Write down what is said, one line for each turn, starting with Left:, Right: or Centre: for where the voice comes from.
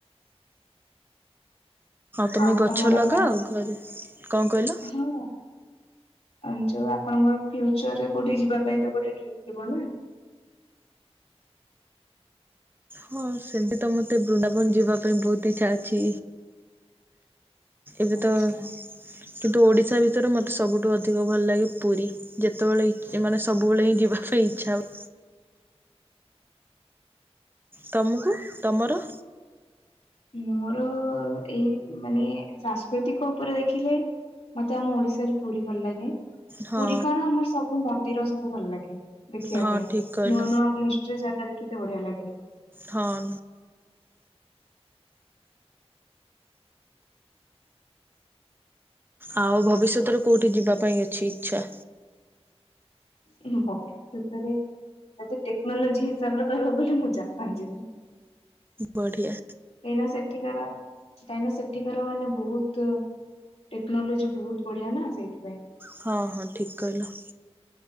Right: ତମେ
Left: ଆଉ
Right: ଗଛ
Left: ତମର
Right: ଲଗାଅ
Left: ମାନେ
Right: ଘରେ? କଣ କହିଲ?
Left: ହଁ। ଆଁ ଯୋଉ ଆପଣଙ୍କର ଫ୍ୟୁଚର ରେ କୋଉଠିକି ଯିବା ପାଇଁ ତ ଗୋଟେ ଡ୍ରିମ ଥିବ ନା?
Right: ହଁ ସେମତି ତ ମତେ ବୃନ୍ଦାବନ ଯିବା ପାଇଁ ବହୁତ ଇଚ୍ଛା ଅଛି। ଏବେ
Left: ଆଚ୍ଛା।
Right: ତ କିନ୍ତୁ ଓଡ଼ିଶା ଭିତରେ ମତେ ସବୁଠୁ ଅଧିକ ଭଲ ଲାଗେ ପୁରୀ ଯେତବଳେ ଇ ଏମାନେ ସବୁବେଳେ ହିଁ ଯିବା ପାଇଁ ଇଚ୍ଛା ହୁ ତମକୁ ତମର?
Left: ମୋର ଏଇ ମାନେ ସାଂସ୍କୃତିକ ଉପରେ ଦେଖିଲେ ମତେ ଆମ ଓଡିଶାରେ ପୁରୀ ଭଲ ଲାଗେ
Right: ହଁ
Left: ପୁରୀ କଣ ଆମର ସବୁ ମନ୍ଦିର ସବୁ ଭଲ ଲାଗେ। ଦେଖିବା
Right: ହଁ
Left: ପାଇଁ
Right: ଠିକ୍ କହିଲ।
Left: ନୂଆ ନୂଆ ମିଷ୍ଟ୍ରୀ ଜାଗା ଦେଖିତେ ବଢିଆ ଲାଗେ।
Right: ହଁ। ଆଉ ଭବିଷ୍ୟତରେ କୋଉଠି ଯିବା ପାଇଁ ଅଛି ଇଚ୍ଛା?
Left: ହୁଁ ଭାବିଷ୍ୟତରେ ଆଜ ଏ ଟେକ୍ନୋଲୋଜି ହିସାବରେ କହିବାକୁ ଗଲେ ମୁଁ ଜାପାନ ଯିବି।
Right: ବଢ଼ିଆ।
Left: କାହିଁକିନା ସେଠିକାର କାହିଁକିନା ସେଠିକାର ମାନେ ବହୁତ ଟେକ୍ନୋଲୋଜି ବହୁତ ବଢିଆ ନା ସେଇଥିପାଇଁ।
Right: ହଁ ହଁ ଠିକ କହିଲ।